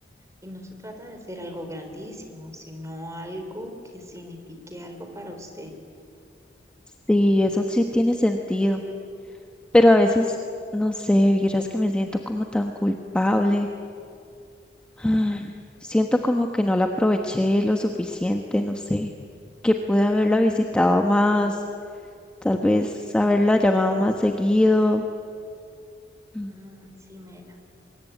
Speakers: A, on the right (about 15°); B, in the centre.
A: Y no se trata de hacer algo grandísimo, sino algo que signifique algo para usted.
B: Sí, eso sí tiene sentido. Pero a veces, no sé, vieras que me siento como tan culpable. Ay, Siento como que no la aproveché lo suficiente, no sé, que pude haberla visitado más, tal vez haberla llamado más seguido. Mm,
A: Mm, sí, Mela,